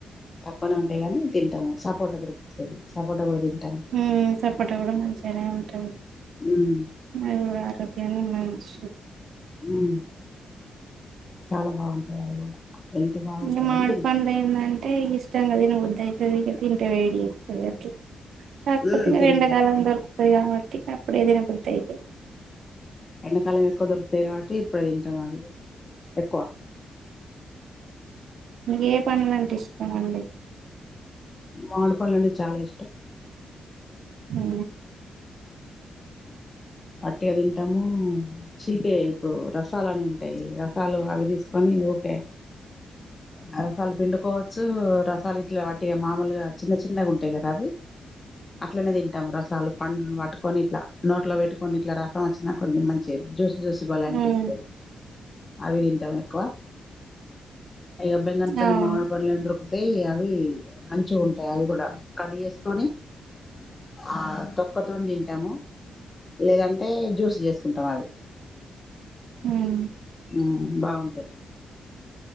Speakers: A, on the left; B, on the right.
A: తక్కువనే ఉంటాయి గాని తింటాము సపోట దొరుకుతది సపోట కూడా తింటాము
B: ఉ సపోటా కూడా మంచిగానే ఉంటది
A: ఉమ్
B: అవి కూడా ఆరోగ్ నికీ మంచ్
A: మ్మ్ చాలా బాగుంటాయి అవి కూడా హెల్త్ బాగుంటది
B: ఇంగా మామిడిపండ్లు
A: అని తింటాం
B: ఎందన్న అంటే ఇష్టంగా తినే బుద్ది అయితాది ఇక తింటే వేడి చేత్తాది కావచ్చు కాకపోతే
A: ఉమ్
B: ఇంకా
A: తింటే
B: ఎండాకాలం దొరుకుతాయి కాబట్టి అప్పుడే తిన బుద్ధి అయితాయి
A: ఎండాకాలం ఎక్కువ దొరుకుతాయి కాబట్టి ఇప్పుడు తింటాం అవి ఎక్కువ
B: మీక ఏ పండ్లలంటే ఇష్టం అండి
A: మామిడిపండ్లు అంటే చాలా ఇష్టం
B: అ
A: అట్టే తింటాము మిక్స్ కి ఇప్పుడు రసాలని ఉంటాయి రసాలు అవి తీసుకొని ఓకే అవి వాళ్ళు పిండుకోని వచ్చి రసాలు ఇట్లు వాట్టి మామూలుగా చిన్న చిన్నగా ఉంటాయి కదా అవి అట్లనే తింటాము రసాలు పండ్లను పట్టుకొని ఇట్లా నోట్లో పెట్టుకొని ఇట్లా రసం వచ్చిన కొద్ది మంచిగా జ్యూస్ జ్యూస్ బలే అనిపిస్తాయి
B: ఉమ్
A: అవి తింటాం ఎక్కువ ఏ బంగన పల్లీ
B: అవును
A: మామిడి పళ్ళు అంటారు అంతే అవి మంచిగా ఉంటాయి అవి కూడా కట్ చేసుకొని ఆ తో తొక్కతోనే తింటాము లేదంటే జ్యూస్ చేసుకుంటాము అవి
B: ఉన
A: మ్మ్ బాగుంటాది